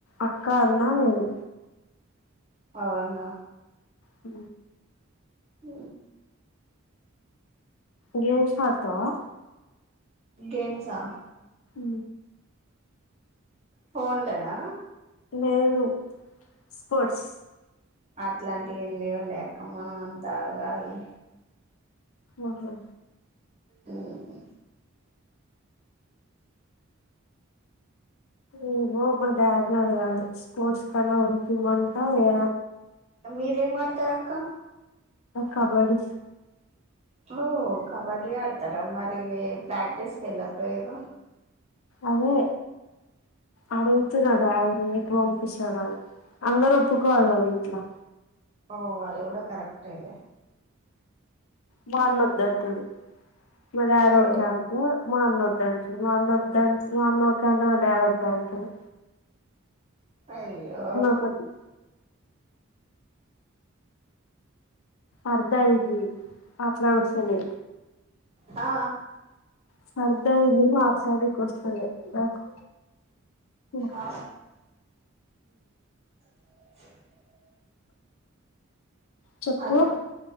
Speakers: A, on the left (about 75°); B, on the right (about 30°).
A: అక్క అన్న నేను
B: అవునా
A: అ
B: హ
A: గేమ్స్ ఆడుతావా
B: గేమ్స్ హ
A: హ
B: ఫోన్లనా
A: లేదు స్పోర్ట్స్
B: అట్లాంటి ఏం లేవు లే అక్క మనం అంతా కాదు లే
A: ఆఓహా
B: అవు
A: ఏమో మా డాడీ అడగాలి స్పోర్ట్స్ కన్నా ఉంటమంటా ఏ
B: మీరేంమాతారు అక్ అక్క
A: కబడ్డి
B: ఓ కబడ్డీ ఆడతార మరి ప్రక్టీీస్క ఎల్లకపోఇల్లు
A: అదే అడుగుతున్నా డాడీని పంపిింస్థాడా అని అందరూ ఒప్పుకోవాలి కదా ఇంట్లో
B: ఓ అది కూడా కరెక్ట్ ఏ లే
A: మాన్న వద్దు అంటాడు మ డాడీ
B: ఓ
A: ఓకే అంటే మా అన్న వా వద్దు అంటాడు మా అన్న ఓకే అంటే మా డాడీ వద్దు అంటాడు
B: అయ్యో
A: ఒకటి అర్ధా ఇట్ పాట్లా వస్తులే
B: ఆ
A: సర్దైంది మాట్లడెకొస్తలే నాకు ఊ
B: ఆ అ
A: చెప్పు
B: హలో